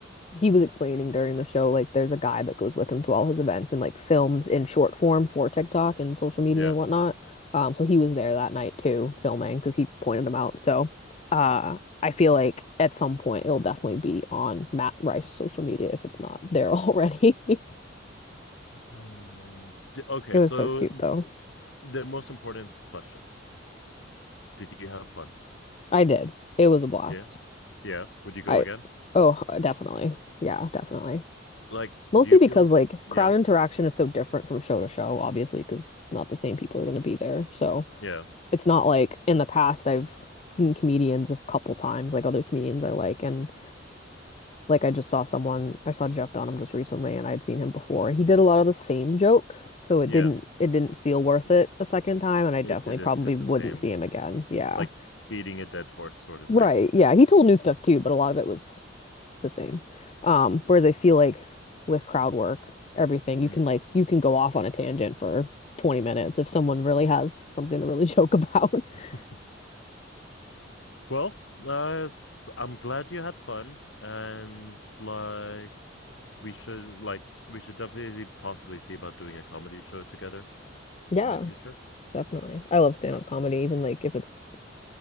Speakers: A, on the left; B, on the left.
A: he was explaining during the show like there's a guy that goes with him to all his events and like films in short form for TikTok and social media
B: Yeah.
A: and whatnot. Um, so he was there that night too, filming because he pointed him out. So, uh, I feel like at some point it'll definitely be on Matt Rice's social media if it's not there already. <laughs>
B: Uh, s- d- okay,
A: It
B: so
A: was so cute though.
B: the most important question. Did you have fun?
A: I did. It was a blast.
B: Yeah. Yeah. Would you go
A: I,
B: again?
A: oh, definitely. Yeah, definitely.
B: Like,
A: Mostly
B: do you feel
A: because like
B: yeah.
A: crowd interaction
B: cool.
A: is so different from show to show, obviously, because not the same people are going to be there. So
B: Yeah.
A: it's not like in the past I've seen comedians a couple times, like other comedians I like. And like I just saw someone, I saw Jeff Dunham just recently and I would seen him before and he did a lot of the same jokes. So it
B: Yeah.
A: didn't, it didn't feel worth
B: It,
A: it a second time. And I
B: it
A: definitely
B: didn't
A: probably
B: hit
A: wouldn't
B: the same,
A: see him again. Yeah.
B: like beating a dead horse sort of
A: Right.
B: thing.
A: Yeah. He told new stuff too, but a lot of it was the same. Um, whereas I feel like with crowd work, everything
B: Mm.
A: you can like you can go off on a tangent for 20 minutes if someone really has something to really joke about.
B: <laughs>
A: <laughs>
B: Well, uh, s- I'm glad you had fun, and like we should like we should definitely possibly see about doing a comedy show together
A: Yeah,
B: in the future.
A: definitely. I love stand-up
B: Uh,
A: comedy, even like if it's